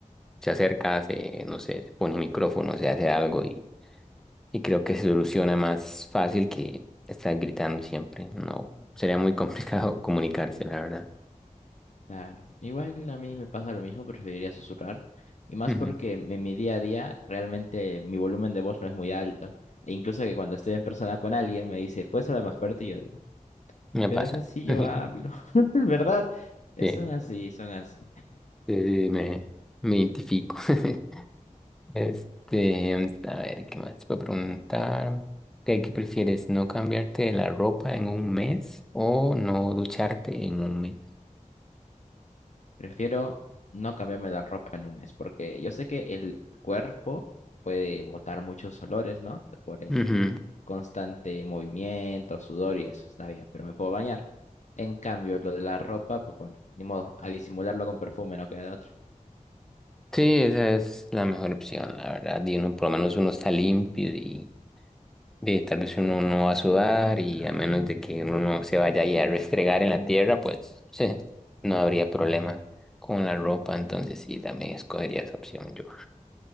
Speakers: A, in the centre; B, on the left (about 60°).
A: se acerca, se, no sé, se pone un micrófono, se hace algo y creo que se soluciona más fácil que estar gritando siempre. No, sería muy complicado <laughs> comunicarse, la verdad.
B: Claro. Igual a mí me pasa lo mismo, preferiría susurrar. Y más
A: Ujú,
B: porque en mi día a día realmente mi volumen de voz no es muy alto. E incluso que cuando estoy en persona con alguien me dice, ¿puedes hablar más fuerte? Y yo, de,
A: Me
B: pero
A: pasa.
B: es así yo
A: <laughs>
B: hablo. <laughs> ¿Verdad? Eh,
A: Sí,
B: Son así, son así.
A: sí, me, me identifico. <laughs> Este, a ver, ¿qué más te puedo preguntar? ¿Qué, qué prefieres? ¿No cambiarte la ropa en un mes o no ducharte en un mes?
B: Prefiero no cambiarme la ropa en un mes, porque yo sé que el cuerpo puede botar muchos olores, ¿no? Por el
A: Ujú.
B: constante movimiento, sudor y eso, está bien, pero me puedo bañar. En cambio, lo de la ropa, pues bueno, ni modo, a disimularlo con perfume, no queda de otra.
A: Sí, esa es la mejor opción, la verdad. Y uno, por lo menos uno está limpio y de tal vez uno no va a sudar y a menos de que uno no se vaya ahí a restregar en la tierra, pues <laughs> no habría problema con la ropa, entonces sí, también escogería esa opción yo.